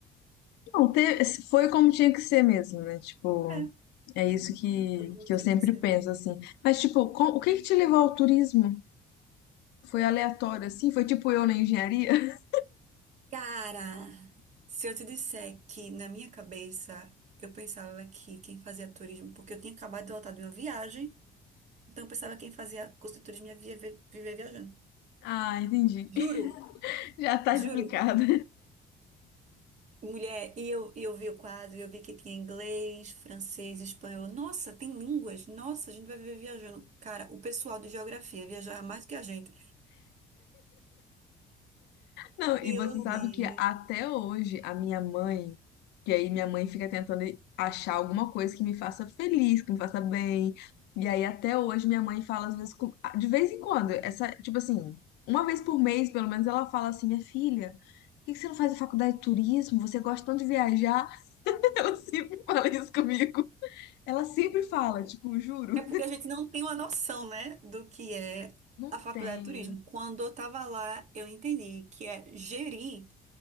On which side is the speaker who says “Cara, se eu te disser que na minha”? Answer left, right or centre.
Right